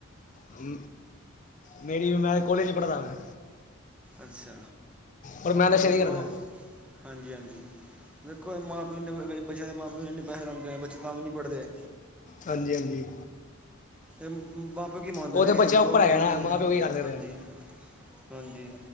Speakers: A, on the left (about 35°); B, in the centre.
A: ਹੂੰ। ਮੇਰੀ ਮੈਂ ਕੋਲੇਜ ਪੜ੍ਹਦਾ ਮੈਂ
B: ਅੱਛਾ,
A: ਪਰ ਮੈਂ ਨਸ਼ੇ
B: ਦੇਖੋ
A: ਨਹੀਂ ਕਰਦਾ
B: ਹਾਂਜੀ-ਹਾਂਜੀ, ਦੇਖੋ ਮਾਂ-ਪਿਓ ਇੰਨੇ ਬੱਚਿਆਂ ਦੇ ਮਾਂ-ਪਿਓ ਨੂੰ ਇੰਨੇ ਪੈਹੇ ਲਾਂਦੇ ਨੇ, ਬੱਚੇ ਤਾਂ ਵੀ ਨਹੀਂ ਪੜ੍ਹਦੇ।
A: ਹਾਂਜੀ-ਹਾਂਜੀ।
B: ਇਹ ਬਾਂ, ਪਿਓ ਕੀ ਮੰਗਦੇ
A: ਉਹ
B: ਨੇ,
A: ਤੇ ਬੱਚਾ
B: ਇੱਕ ਜੋ
A: ਉੱਪਰ
B: ਵੀ
A: ਹੈਗਾ
B: ਮੰਗਦੇ
A: ਨਾ
B: ਨੇ,
A: ਮਾਂ ਪਿਓ ਕੀ ਕਰ ਸਕਦੇ
B: ਹਾਂਜੀ।
A: ਨੇ
B: ਹਾਂਜੀ।